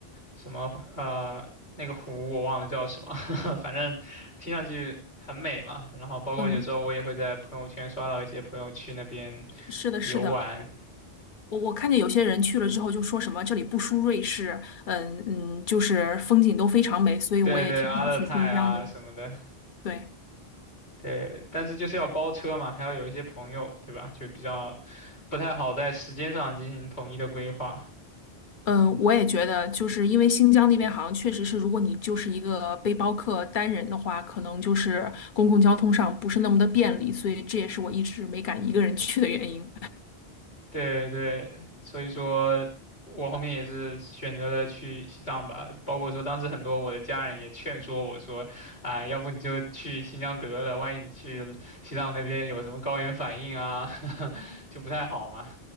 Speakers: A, on the left (about 90°); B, on the left (about 55°).
A: 什么呃那个湖，我忘了叫什么，<laughs> 反正听上去很美嘛。然后包括有时候我也会在朋友圈刷到一些朋友去那边
B: 嗯，是的，
A: 游玩，
B: 是的。我我看见有些人去了之后就说什么这里不输瑞士，嗯嗯，就是风景都非常美，所以我也挺想去新疆的。
A: 对对，阿勒泰啊什么的，
B: 对。
A: 对，但是就是要包车嘛，还要有一些朋友，对吧？就比较不太好在时间上进行统一的规划。
B: 嗯，呃我也觉得，就是因为新疆那边好像确实是，如果你就是一个背包客单人的话，可能就是公共交通上不是那么的便利，所以这也是我一直没敢一个人去的原因。
A: 对对，所以说我后面也是选择了去西藏吧，包括说当时很多我的家人也劝说我说，啊、要不你就去新疆得了，万一你去西藏那边有什么高原反应啊，<laughs> 就不太好嘛。